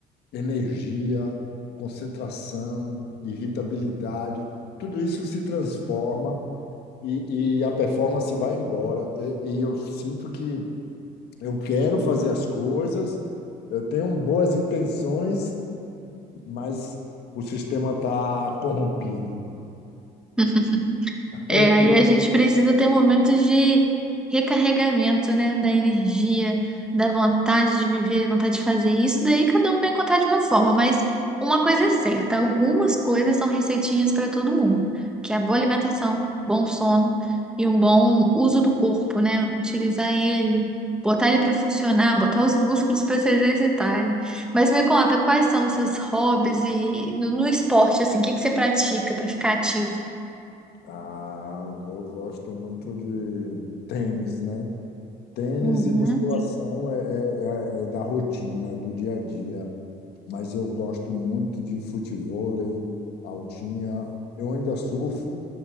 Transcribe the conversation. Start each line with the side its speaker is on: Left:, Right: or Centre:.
Left: energia, concentração, irritabilidade. Tudo isso se transforma e, e a performance vai embora. e e eu sinto que eu quero fazer as coisas, eu tenho boas intenções, mas o sistema está corrompido.
Centre: <laughs> É,
Left: Eu,
Centre: aí
Left: eu-
Centre: a gente precisa ter momentos de recarregamento, né? Da energia, da vontade de viver, vontade de fazer isso. Daí cada um vai encontrar de uma forma, mas uma coisa é certa: algumas coisas são receitinhas para todo mundo, que é a boa alimentação, bom sono e um bom uso do corpo, né? Utilizar ele, botar ele para funcionar, botar os músculos para se exercitarem. Mas me conta, quais são os seus hobbies e no, no esporte, assim, o que que você pratica para ficar ativo?
Left: ah, eu gosto muito de tênis, né? Tênis
Centre: Uhum.
Left: e musculação é, é, é é da rotina, é do dia a dia. mas eu gosto muito de futevôlei, altinha. Eu ainda surfo